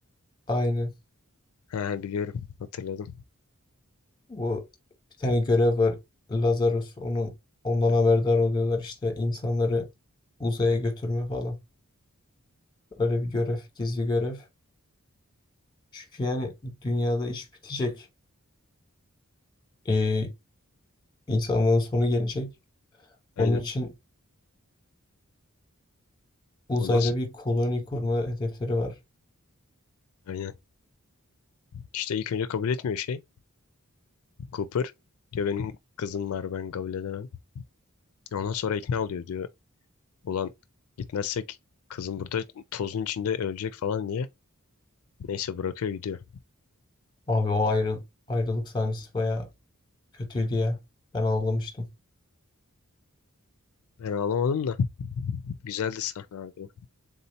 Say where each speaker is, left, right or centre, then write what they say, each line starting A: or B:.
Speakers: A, on the left (about 20°); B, on the left (about 75°).
A: Aynen.
B: Ha biliyorum. Hatırladım.
A: Bu bir tane görev var. Lazarus onun ondan haberdar oluyorlar işte insanları uzaya götürme falan. Öyle bir görev, gizli görev. Çünkü yani dünyada iş bitecek. Ee, insanlığın sonu gelecek.
B: Aynen.
A: Onun için uzayda
B: O nasıl?
A: bir koloni kurma hedefleri var.
B: Aynen. İşte ilk önce kabul etmiyor şey. Cooper. Diyor benim kızım var ben kabul edemem. Ondan sonra ikna oluyor diyor. Ulan gitmezsek kızım burada tozun içinde ölecek falan diye. Neyse bırakıyor gidiyor.
A: Abi o ayrıl ayrılık sahnesi bayağı Kötüydü ya. Ben ağlamıştım.
B: Ben ağlamadım da. Güzeldi sahne abi.